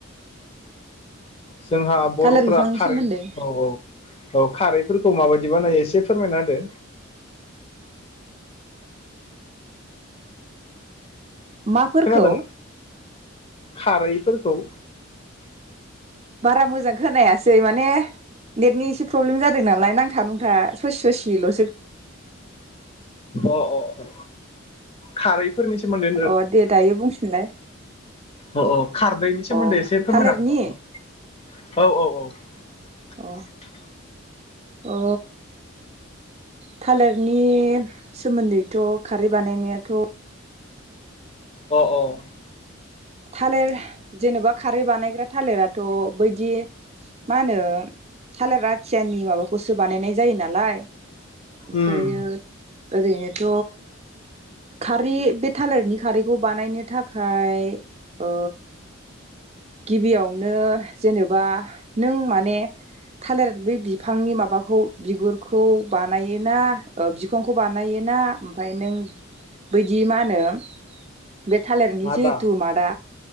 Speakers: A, on the left; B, on the right.
A: जोंहा बर'फोरा
B: थालिर बिफांनि
A: खारै
B: सोमोन्दै
A: औ-औ औ खारैफोरखौ माबायदि बानायो एसे फोरमायना होदो।
B: माफोरखौ।
A: खोनादों खारैफोरखौ।
B: बारा मोजां खोनायासै माने नेटनि एसे प्रब्लेम जादों नालाय नांथा नुंथा ससे ससेल'सो
A: अ अ अ खारै सोमोन्दै
B: अ दे दायो बुंफिनलाय।
A: अ-अ खारदैनि सोमोन्दै
B: अ
A: एसे फोरमायनो
B: थालिरनि
A: हागोन नामा औ औ औ ।
B: अ अ थालिरनि सोमोन्दैथ' खारै बानायनायाथ'
A: अह अह ।
B: थालिर जेनेबा खारै बानायग्रा थालिराथ' बैदि मा होनो थालिर आथियानि माबाखौ गुसु बानायनाय जायो नालाय ओमफ्रायो
A: उम
B: ओरैनोथ' खारै बे थालिरनि खारैखौ बानायनो थाख खाय ओ गिबियावनो जेनेबा नों माने थालिर बे बिफांनि माबाखौ बिगुरखौ बानायोना ओ बिखंखौ बानायोना ओमफाय नों बैदि मा होनो बे थालिरनि
A: मादा
B: जिहेथु मादा